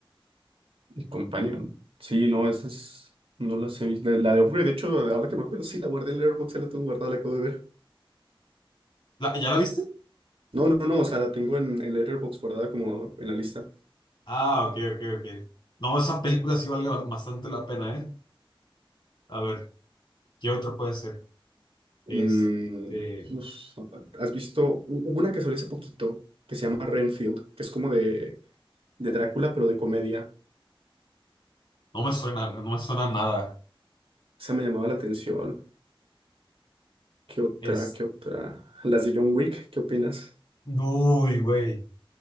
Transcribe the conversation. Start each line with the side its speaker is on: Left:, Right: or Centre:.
Right: Companion. Sí, no, esa es, no las he visto. La la de Upgrade, de hecho, ahora que me acuerdo, sí, la guardé en Letterboxd, ya la tengo guardada, la acabo de ver.
Left: ¿La- ¿ya la viste?
Right: No, no, no, o sea, la tengo en, en Letterboxd guardada como en la lista.
Left: Ah, ok, ok, ok. No, esa película sí vale ba- bastante la pena, ¿eh? A ver, ¿qué otra puede ser?
Right: Mm,
Left: Este.
Right: uf, ¿has visto? hu- Hubo una que salió hace poquito que se llama Renfield, que es como de, de Drácula, pero de comedia.
Left: No me suena, no me suena nada.
Right: Esa me llamaba la atención. ¿Qué otra?
Left: Es.
Right: ¿Qué otra? Las de John Wick, ¿qué opinas?
Left: Uy, güey.